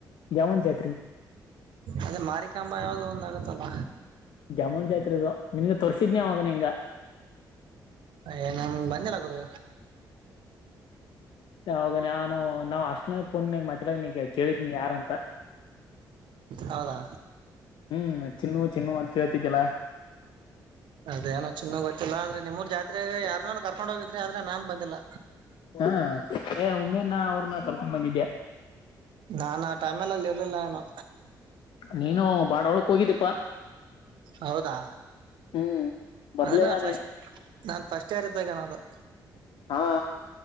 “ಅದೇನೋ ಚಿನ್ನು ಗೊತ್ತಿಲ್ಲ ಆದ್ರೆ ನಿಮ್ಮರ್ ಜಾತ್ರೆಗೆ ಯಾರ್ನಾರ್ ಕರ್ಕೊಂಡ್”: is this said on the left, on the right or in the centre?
Right